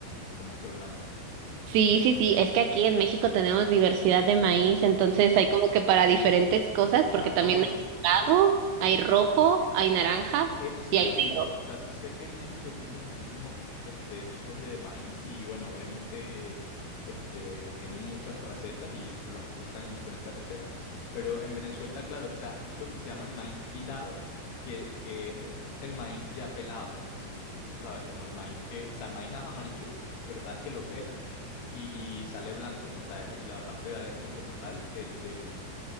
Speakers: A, on the left (about 65°); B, on the right (about 85°).
A: Como que blanco.
B: Sí, sí, sí, es que aquí en México tenemos diversidad de maíz, entonces hay como que para diferentes cosas,
A: O
B: porque
A: sea, no,
B: también
A: bueno.
B: hay dorado hay rojo, hay naranja
A: Eso sí
B: y
A: lo
B: hay negro.
A: he visto, o sea, sí sé que en México tienen muchísimos este, tipos de maíz y bueno, obviamente este, tienen muchas recetas y las usan en diferentes recetas. Pero en Venezuela, claro, está lo que se llama el maíz pilado, que, que es el maíz ya pelado, pues, ¿sabes? Como el maíz que, o sea, el maíz es amarillo, pero sabes que lo pelas y, y sale blanco, ¿no? O sea, es la parte de adentro como tal del, del,